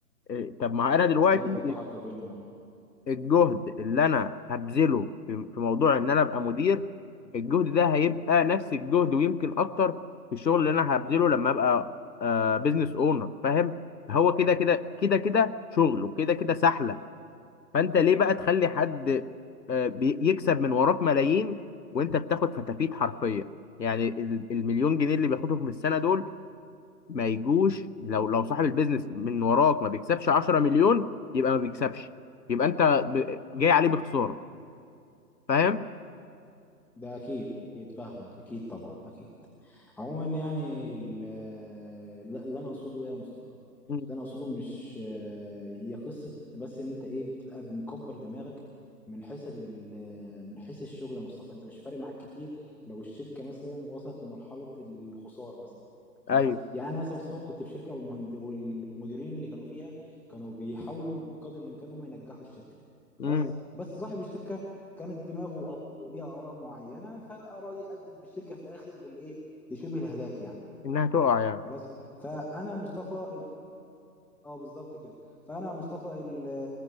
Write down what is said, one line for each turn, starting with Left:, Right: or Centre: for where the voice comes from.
Left: آه، طب ما انا دلوقتي
Centre: ايوه كنت حاطك بينهم اه
Left: الجهد اللي انا هبذله في في موضوع ان انا ابقى مدير الجهد ده هيبقى نفس الجهد ويمكن اكتر في الشغل اللي انا هبذله لما ابقى آه بزنس اونر فاهم هو كده كده كده كده شغل وكده كده سحلة فانت ليه بقى تخلي حد آه بي- يكسب من وراك ملايين وانت بتاخد فتافيت حرفيا يعني ال- المليون جنيه اللي بياخدهم في السنة دول ما يجوش لو لو صاحب البيزنس من وراك ما بيكسبش 10 مليون يبقى ما بيكسبش يبقى انت ب... جاي عليه بخساره فاهم
Centre: ده اكيد ده اكيد فاهمك اكيد طبعا اكيد عموما يعني ال- اللي انا اقصده ايه يا مصطفى اللي
Left: مم.
Centre: انا اقصده مش هي قصه بس ان انت ايه بتبقى مكبر دماغك من حيث ال- من حيث الشغل يا مصطفى انت مش فارق معاك كتير لو الشركه مثلا وصلت لمرحله الخساره مثلا خلاص
Left: ايوه
Centre: يعني أنا مثلا مصطفى كنت في شركه والمهند والمديرين اللي كانوا فيها كانوا بيحاولوا بقدر الامكان هم ينجحوا الشركه خلاص
Left: مم.
Centre: بس صاحب الشركه كانت دماغه وليها اراء معينه فالاراء دي ادت بالشركه في الاخر للايه لشبه الهلاك يعني
Left: انها تقع يعني
Centre: خلاص فانا مصطفى ال... اه بالظبط كده فانا مصطفى ال-